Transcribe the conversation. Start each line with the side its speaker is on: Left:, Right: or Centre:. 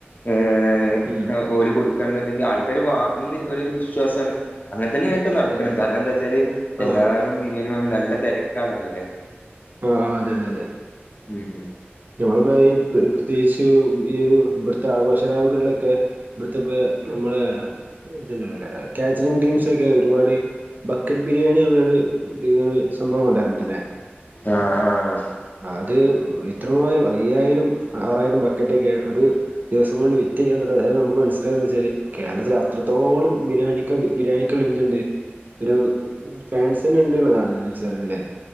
Left: ഏഹ്.
Right: ഉം
Left: എ ഓല് കൊട്ക്കാണ്ന്ന്ണ്ടെങ്കി ആൾക്കാര് വാങ്ങുന്നില് ഒലരു വിശ്വാസണ് അങ്ങനെ തന്നെ ട്ടും നട്ക്കല്
Right: അതെ അതെ അതെ
Left: കാരണ ന്തായ്ച്ചാല് എല്ലാരും
Right: ആഹ്
Left: ബിര്യണി വാങ്ങ നല്ല തെരക്കാണല്ലോ ല്ലെ?
Right: ആഹ് ആഹ് അതെ അതെ അതെ.
Left: ഉം.
Right: <unintelligible> പള ഈ പ് പ്രത്യേകിച്ച് ഈ ഒരു ഇവട്ത്തെ ആഘോഷ രാവുകൾലൊക്ക. ഇബട്ത്തെ പ്പേ നമ്മളെ ഇത്ണ്ടാവൂലേ കാച്ചറിങ് ടീംസാെക്കെ ഒര്പാട് ബക്കറ്റ് ബിര്യാണിന്ന്ള്ളൊര് ത്ങ്ങനെ സംഭവം കൊണ്ടാര്ട്ട്ല്ലേ
Left: ആഹ് ആഹ്
Right: അത് ഇത്രമാരം അയ്യായിരം, ആറായിരം ബക്കറ്റൊക്കെ ഒരു ദിവസം കൊണ്ട് വിറ്റ് ചെയ്യാ ർഞ്ഞ അത് നമുക്ക് മനസ്സ്ലാ വെച്ചാ കേരളത്തില് അത്രത്തോളം ബിരിയാണിക്കത് ബിയാണി ക്ക്ള് ഇണ്ട് ഇണ്ട് ഒരു ഫാൻസ് ണ്ട്ള്ളതാണ് മനസിലാവുലെ.